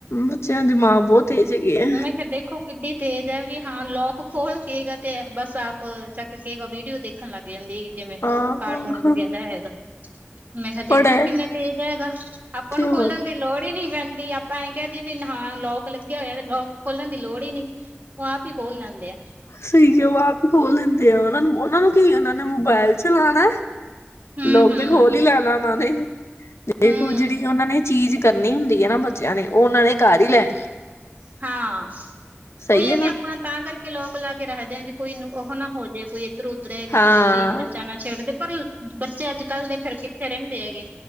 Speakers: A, on the left (about 85°); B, on the right (about 45°).
A: ਬੱਚਿਆਂ ਦਿਮਾਗ ਬਹੁਤ ਤੇਜ਼ ਹੈਗੇ ਆ
B: ਮੈਂ ਫੇਰ ਦੇਖੋ ਕਿੱਡੀ ਤੇਜ਼ ਐ ਵੀ ਹਾਂ ਲੌਕ ਖੋਲ ਕੇ ਗਾ, ਤੇ ਬਸ ਆਪ ਚੱਕ ਕੇਗਾ ਵੀਡੀਓ ਦੇਖਣ ਲੱਗ ਜਾਂਦੀ ਹੈਗੀ। ਜਿਵੇਂ
A: ਹਾਂ
B: ਕਾਰਟੂਨ
A: ਹਾਂ
B: ਵਗੈਰਾ ਹੈਗਾ। ਮੈਂ ਕਿਹਾ ਦੇਖੋ
A: ਪੜ੍ਹਾ ਹੈ
B: ਕਿੰਨੇ ਤੇਜ਼ ਹੈਗਾ, ਆਪਾਂ
A: ਤੇ
B: ਨੂੰ
A: ਹੋਰ
B: ਖੋਲਣ ਦੀ ਲੋੜ ਹੀ ਨਈ ਪੈਂਦੀ, ਆਪਾਂ ਐਂ ਕਹਿ ਦੇਈਏ ਵੀ ਨ ਹਾਂ ਲੌਕ ਲੱਗਿਆ ਹੋਇਆ। ਲੋਕ ਖੋਲਣ ਦੀ ਲੋੜ ਈ ਨੀ, ਉਹ ਆਪ ਹੀ ਖੋਲ ਲੈਂਦੇ ਆ।
A: ਸਹੀ ਕਿਹਾ ਉਹ ਆਪ ਹੀ ਖੋਲ ਲੈਂਦੇ ਆ, ਉਹਨਾਂ ਨੂੰ-ਉਹਨਾਂ ਨੂੰ ਕੀ ਉਹਨਾਂ ਨੇ ਮੋਬਾਇਲ ਚਲਾਣਾ।
B: ਹੂੰ
A: ਲੋਕ
B: ਹੂੰ
A: ਤੇ ਖੋਲ ਹੀ ਲੈ ਲ ਉਹਨਾਂ ਨੇ ਦੇਖੋ
B: ਹੂੰ
A: ਜਿਹੜੀ ਉਹਨਾਂ ਨੇ ਚੀਜ਼ ਕਰਨੀ ਹੁੰਦੀ ਹੈ ਨਾ ਬੱਚਿਆਂ ਨੇ ਉਹ ਉਹਨਾਂ ਨੇ ਕਾਰ ਹੀ ਲੈਣੀ ਹੈ।
B: ਹਾਂ
A: ਸਹੀ
B: ਉਹੀ ਹੈ
A: ਨਾ
B: ਵੀ ਆਪਾਂ ਤਾਂ ਕਰਕੇ ਲੋਕ ਲਾ ਕੇ ਰੱਖਦੇ ਹਾਂ ਵੀ ਕੋਈ ਉਹ ਨਾ ਹੋ ਜਾੇ ਕੋਈ ਇੱਧਰ ਉਧਰ ਹੈਗਾ
A: ਹਾਂ
B: ਕੋਈ ਚੀਜ਼ ਬੱਚਾ ਨਾ ਛੇਡਦੇ। ਪਰ ਬੱਚੇ ਅੱਜ ਕੱਲ੍ਹ ਦੇ ਫਿਰ ਕਿੱਥੇ ਰਹਿੰਦੇ ਹੈਗੇ